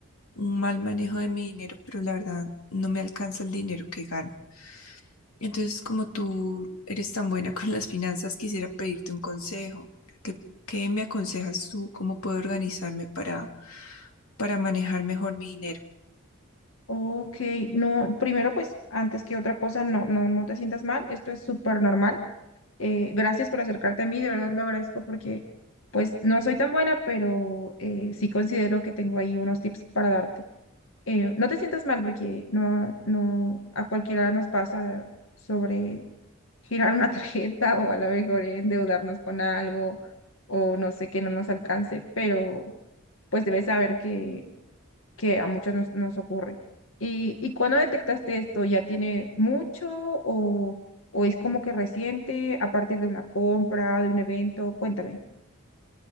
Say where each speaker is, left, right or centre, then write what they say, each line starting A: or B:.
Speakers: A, on the left (about 80°); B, on the left (about 65°).
A: un mal manejo de mi dinero, pero la verdad no me alcanza el dinero que gano. Entonces, como tú eres tan buena con las finanzas, quisiera pedirte un consejo. ¿Qué, qué me aconsejas tú? ¿Cómo puedo organizarme para, para manejar mejor mi dinero?
B: Ok, no, primero pues, antes que otra cosa, no, no, no te sientas mal, esto es súper normal. Eh, gracias por acercarte a mí, de verdad lo agradezco porque pues no soy tan buena, pero eh, sí considero que tengo ahí unos tips para darte. Eh, no te sientas mal porque no, no, a cualquiera nos pasa sobre girar una <laughs> tarjeta o a lo mejor endeudarnos con algo o no sé que no nos alcance, pero pues debes saber que que a muchos nos, nos ocurre. ¿Y, y cuándo detectaste esto? ¿Ya tiene mucho o, o es como que reciente a partir de una compra, de un evento? Cuéntame.